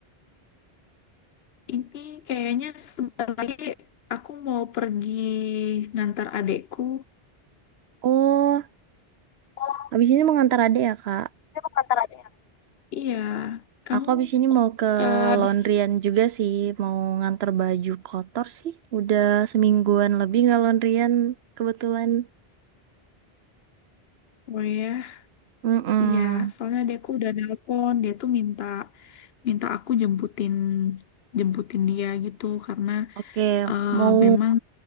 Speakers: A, on the left; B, on the right.
A: Ini kayaknya sebentar lagi aku mau pergi ngantar adekku.
B: Oh,
A: Oh,
B: habis ini mau ngantar adek ya, Kak?
A: ini mau ngantar Iya, kamu
B: Aku habis ini mau ke
A: eh, habis
B: laundryan juga sih, mau ngantar baju kotor sih. Udah semingguan lebih nggak laundryan kebetulan.
A: oh ya.
B: Mm-mm.
A: Iya, soalnya dia aku udah nelpon, dia tuh minta minta aku jemputin jemputin dia gitu karena
B: Oke,
A: eh,
B: mau
A: memang